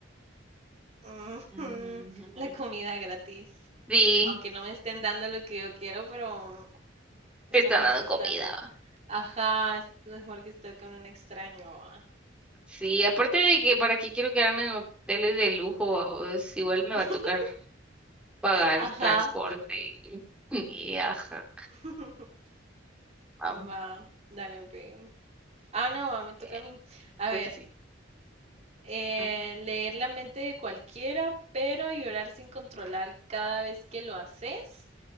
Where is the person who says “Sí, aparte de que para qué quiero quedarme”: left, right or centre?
Centre